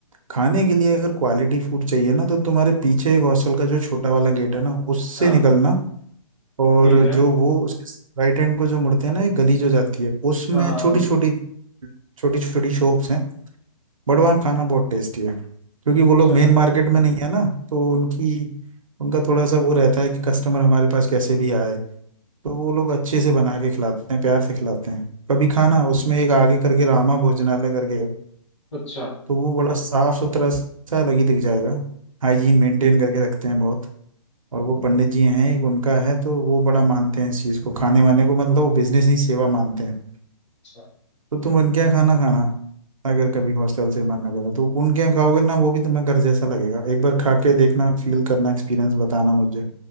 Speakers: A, on the right; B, on the left.
A: खाने के लिए अगर क्वालिटी फूड चाहिए ना तो तुम्हारे पीछे एक हॉस्टल का जो छोटा वाला गेट है ना उससे
B: हाँ
A: निकलना
B: हाँ
A: और
B: ठीक है
A: जो वो उसके राइट हैंड को जो मुड़ते हैं ना एक गली जो जाती है उसमें
B: हाँ
A: छोटी
B: हाँ,
A: छोटी छोटी छोटी शॉप्स हैं बट वहाँ खाना बहुत टेस्टी है क्योंकि
B: अच्छा
A: वो लोग मेन मार्केट में नहीं है ना तो उनकी उनका थोड़ा सा वो रहता है कि कस्टमर हमारे पास कैसे भी आए तो वो लोग अच्छे से बना के खिलाते हैं प्यार से खिलाते हैं कभी खाना उसमें एक आगे करके रामा भोजनालय करके है,
B: अच्छा
A: तो वो बड़ा साफ सुथरा सा अलग ही दिख जाएगा हाइजीन मेंटेन करके रखते हैं बहुत और वो पंडित जी हैं एक उनका है तो वो बड़ा मानते हैं इस चीज़ को खाने वाने को मतलब वो बिजनेस नहीं सेवा मानते हैं
B: अच्छा
A: तो तुम उनके यहाँ खाना खाना अगर कभी हॉस्टल से मन ना करे तो उनके यहाँ खाओगे ना वो भी तुम्हें घर जैसा लगेगा एक बार खा के देखना फील करना एक्सपीरियंस बताना मुझे